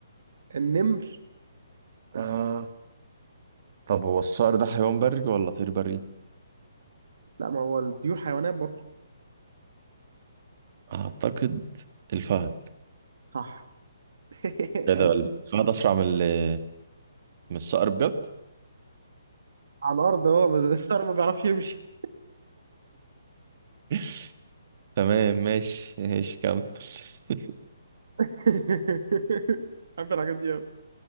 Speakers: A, on the right (about 65°); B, on the right (about 45°).
A: النمر الفهد
B: آه. طب هو الصقر ده حيوان بري ولا طير بري؟
A: لا ما هو الطيور حيوانات برضه
B: اعتقد الفهد
A: صح <laughs>
B: ايه ده
A: أنا
B: الفهد اسرع من ال- من الصقر بجد
A: على الأرض هو بس الصقر ما بيعرفش يمشي
B: <laughs> تمام ماشي ماشي كمل <laughs>
A: <laughs> بحب الحاجات دي أوي